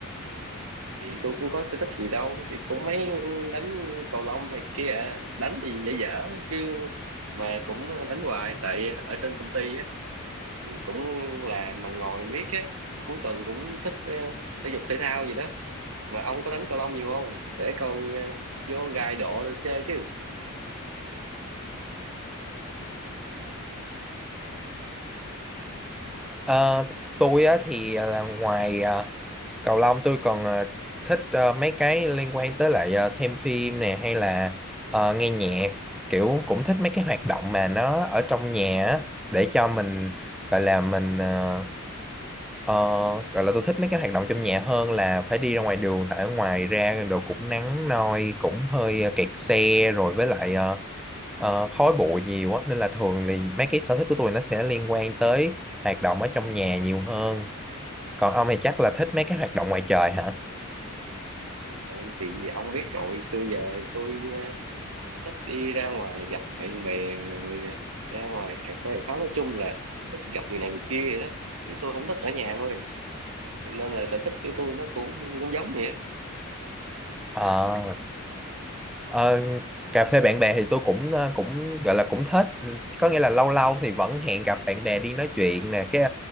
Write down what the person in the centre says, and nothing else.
Ờ, tôi á, thì ờ, là ngoài ờ, cầu lông tôi còn ờ, thích ờ, mấy cái liên quan tới lại ờ, xem phim nè hay là ờ, nghe nhạc kiểu cũng thích mấy cái hoạt động mà nó ở trong nhà á, để cho mình gọi là mình ờ, ờ, gọi là tôi thích mấy cái hoạt động trong nhà hơn là phải đi ra ngoài đường tại ở ngoài ra đồ cũng nắng nôi cũng hơi ờ, kẹt xe rồi với lại ờ, ờ, khói bụi nhiều á nên là thường thì mấy cái sở thích của tôi nó sẽ liên quan tới hoạt động ở trong nhà nhiều hơn còn ông thì chắc là thích mấy cái hoạt động ngoài trời hả
Ờ, ờ, cà phê bạn bè thì tôi cũng ờ, cũng gọi là cũng thích Ừ, có nghĩa là lâu lâu thì vẫn hẹn gặp bạn bè đi nói chuyện nè cái